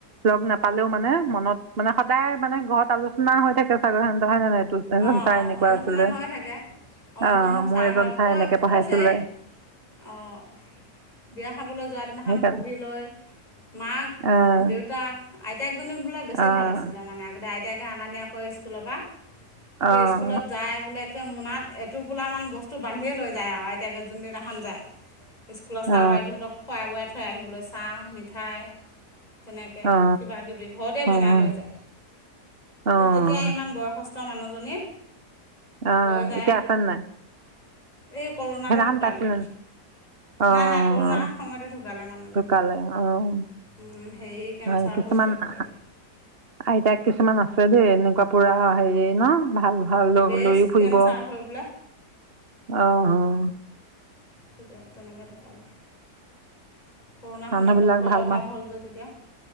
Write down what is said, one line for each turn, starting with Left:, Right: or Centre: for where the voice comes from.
Right: লগ নাপালেও মানে মনত মানে সদায় মানে। ঘবত আলোচনা হৈ থাকে চাগৰ স হয় নে নহয় এইটো। এজন
Left: অঁ,
Right: ছাৰ
Left: অঁ
Right: এনেকুৱা
Left: আলোচনা
Right: আছিলে
Left: হৈয়ে থাকে, অমুক,
Right: অঁ
Left: অমুক
Right: মোৰ
Left: ছাৰহঁত
Right: এজন ছাৰে
Left: কৈ
Right: এনেকৈ পঢ়াইছিলে
Left: কৈছেই। অঁ বিয়া খাবলৈ যোৱা দিনাখন
Right: সেইকাৰণে
Left: বহি লৈ মাক -দেউতাক-
Right: অঁ
Left: আইতায়েকজনী, বোলে বেছি
Right: অঁ
Left: ভাল আছিলে, মানে আগতে আইতায়েকে আনা নিয়া কৰে স্কুলৰ পৰা। তাকে
Right: অঁ
Left: স্কুলত যায় বোলে। এতিয়া মোনাত এটোপোলামান বস্তু বান্ধিয়ে লৈ যায় আৰু আইতাকে যোনদিনাখন যায়! স্কুলৰ ছাৰ,
Right: অঁ
Left: বাইদেউহঁতক, খোৱাই বোৱাই থৈ আহিবলৈ চাহ, মিঠাই- তেনেকে
Right: অঁ
Left: কিবা কিবি ঘৰতেই
Right: অঁ অঁ
Left: বনাই লৈ যায়!
Right: অঁ
Left: তেতিয়া ইমান বয়সস্থ মানুহজনী।
Right: অ',
Left: লৈ যায়
Right: এতিয়া আছেনে নাই।
Left: এই কৰোণাতে
Right: সেইদিনাখন
Left: ঢুকালে!
Right: পাইছিলোঁ অঁ
Left: নাই, নাই কৰোণাৰ
Right: অঁ
Left: সময়তে ঢুকালে মানুহজনী
Right: ঢুকালে অঁ
Left: উম হেৰি কেঞ্চাৰ,
Right: হয় কিছুমান
Left: হৈ বোলে ঢুকালে!
Right: আইতাক, কিছুমান আছে দেই এনেকুৱা পুৰা হেৰি ন ভাল ভাল লগ
Left: ব্ৰেষ্ট
Right: লৈ ফুৰিব।
Left: কেঞ্চাৰ
Right: অ
Left: হৈ বোলে
Right: অঁ।
Left: তেতিয়া কেনেকৈ ঢুকালে? কৰোণাৰ
Right: মানুহবিলাক
Left: সময়ত ডকক্তৰৰ
Right: ভাল
Left: অভাৱ
Right: মান
Left: হ'ল যে তেতিয়া।